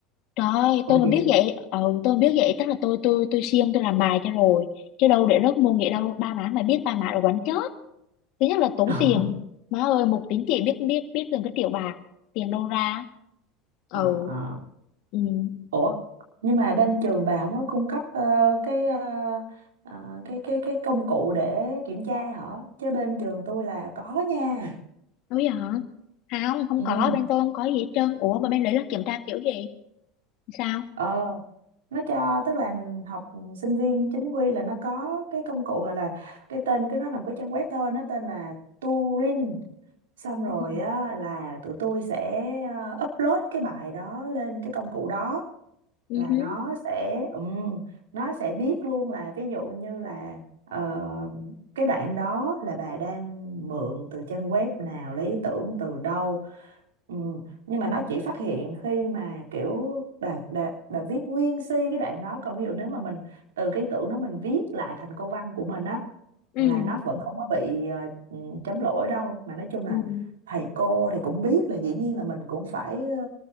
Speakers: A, on the left (about 60°); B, on the right (about 85°).
A: Trời ơi,
B: ồ
A: tôi mà
B: vậy
A: biết
B: à?
A: vậy, ừ, tôi mà biết vậy chắc là tôi tôi tôi siêng tôi làm bài cho rồi. Chứ đâu để rớt môn vậy đâu, ba má mà biết ba má đã quánh chết. Thứ nhất là tốn
B: <laughs>
A: tiền. Má ơi, một tín chỉ biết biết biết gần cái triệu bạc, tiền đâu ra? Ừ.
B: Ờ, ờ.
A: Ừ.
B: Ủa, nhưng mà bên trường bà không có cung cấp ờ, cái ờ, ờ, cái cái cái công cụ để kiểm tra hả? Chứ bên trường tôi là có nha.
A: Đâu vậy hả? Không, không
B: Ừ,
A: có, bên tôi không có gì hết trơn. Ủa mà bên đấy là kiểm tra kiểu gì? Sao?
B: ờ, nó cho tức là học sinh viên chính quy là nó có cái công cụ hoặc là cái tên cái nó làm cái trang web thôi, nó tên là Turing. xong rồi
A: Ừ.
B: á là tụi tôi sẽ ờ, upload cái bài đó lên cái công cụ đó
A: Ừ.
B: là
A: hứ,
B: nó sẽ ừm, nó sẽ biết luôn là ví dụ như là ờ, cái đoạn đó là bà đang mượn từ trang web nào lấy ý tưởng từ đâu Ừm, nhưng mà nó chỉ phát hiện khi mà kiểu bà, bà, bà viết nguyên si cái đoạn đó còn ví dụ nếu mà mình từ cái ý tưởng đó mình viết lại thành câu văn của mình á
A: Ừ.
B: là nó vẫn không có bị ờ, ừm, chấm lỗi đâu mà nói chung
A: Ừ.
B: là thầy cô thì cũng biết là dĩ nhiên là mình cũng phải ờ,